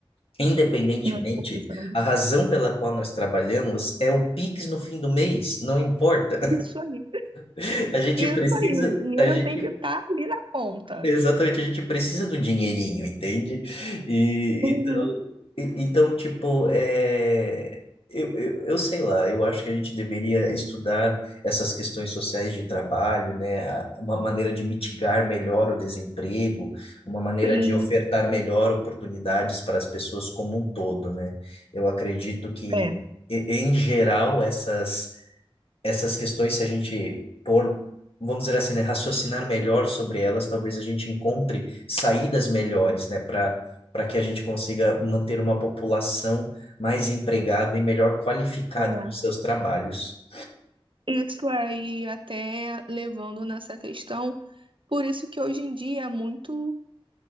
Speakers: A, on the left (about 75°); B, on the right (about 60°).
A: Independentemente,
B: Nós precisamos.
A: a razão pela qual nós trabalhamos é o Pix no fim do mês, não importa.
B: Isso aí,
A: <laughs> A gente
B: isso
A: precisa,
B: aí. O dinheiro
A: a gente
B: tem que estar ali na conta.
A: Exatamente, a gente precisa do dinheirinho, entende? E
B: Uhum,
A: então, e- então tipo, é, eu, eu, eu sei lá, eu acho que a gente deveria estudar essas questões sociais de trabalho, né? a- Uma maneira de mitigar melhor o desemprego, uma maneira
B: sim,
A: de ofertar melhor oportunidades para as pessoas como um todo, né? Eu acredito que,
B: é,
A: e- em geral, essas essas questões, se a gente pôr, vamos dizer assim, né, raciocinar melhor sobre elas, talvez a gente encontre saídas melhores, né, para para que a gente consiga manter uma população mais empregada e melhor qualificada
B: é.
A: nos seus trabalhos.
B: Isso aí, até levando nessa questão, por isso que hoje em dia muitos,